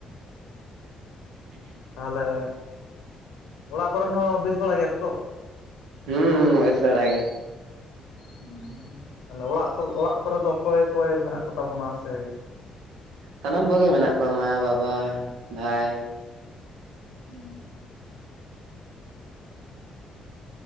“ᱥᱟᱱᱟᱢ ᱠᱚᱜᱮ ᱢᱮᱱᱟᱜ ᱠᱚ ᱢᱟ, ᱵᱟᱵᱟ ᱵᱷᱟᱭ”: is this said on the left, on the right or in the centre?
Right